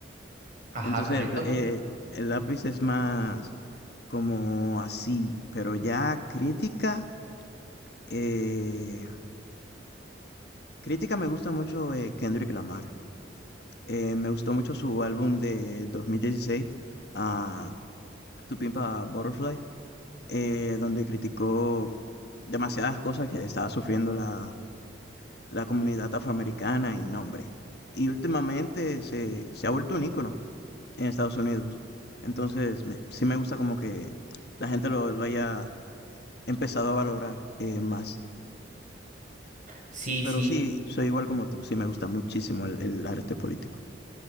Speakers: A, on the right; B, on the left.
A: Ajá,
B: Entonces,
A: correcto.
B: la- eh, el lápiz es más como así, pero ya crítica, eh, crítica me gusta mucho eh, Kendrick Lamar. Eh, me gustó mucho su álbum de 2016, ah, Tu Pimpa Butterfly, eh, donde criticó demasiadas cosas que estaba sufriendo la la comunidad afroamericana y nombre. Y últimamente se, se ha vuelto un ícono en Estados Unidos. Entonces, me- sí me gusta como que la gente lo, lo haya empezado a valorar eh, más.
A: Sí,
B: Pero
A: sí.
B: sí, soy igual como tú, sí me gusta muchísimo el, el arte político.